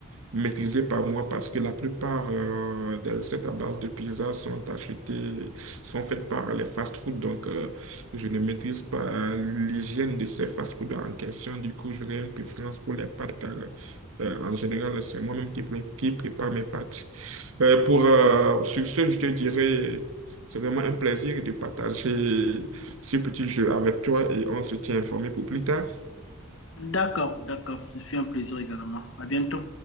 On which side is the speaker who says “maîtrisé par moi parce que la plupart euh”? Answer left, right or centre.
Right